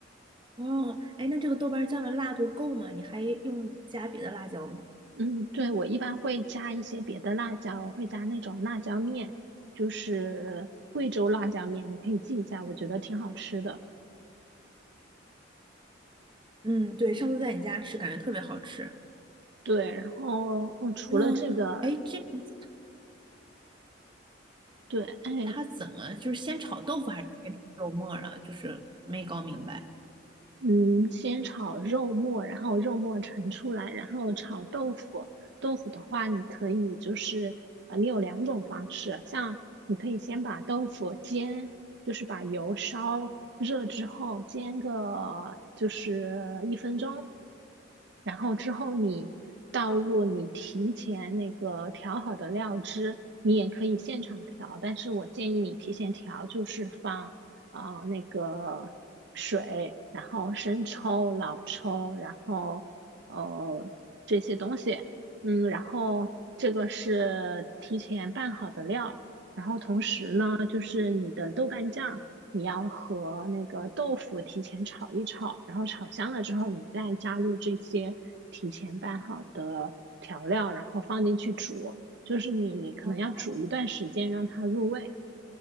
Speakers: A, on the right; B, on the right.
A: 哦，哎，那这个豆瓣酱的辣度够吗？你还用加别的辣椒吗？
B: 嗯，对，我一般会加一些别的辣椒，我会加那种辣椒面，就是贵州辣椒面，你可以记一下，我觉得挺好吃的。
A: 嗯，对，上次在你家吃，感觉特别好吃。
B: 对，然后嗯，除了这个，
A: 那哎，诶这样子
B: 对，哎，
A: 它怎么就是先炒豆腐还是先炒肉末儿了？就是没搞明白。
B: 嗯，先炒肉末，然后肉末盛出来，然后炒豆腐。豆腐的话，你可以就是呃，你有两种方式，像你可以先把豆腐煎，就是把油烧热之后煎个就是一分钟，然后之后你倒入你提前那个调好的料汁，你也可以现场调，但是我建议你提前调，就是放啊那个水，然后生抽、老抽，然后呃这些东西，嗯，然后这个是提前拌好的料，然后同时呢，就是你的豆瓣酱，你要和那个豆腐提前炒一炒，然后炒香了之后，你再加入这些提前拌好的调料，然后放进去煮。就是你可能要煮一段时间让它入味。
A: 哦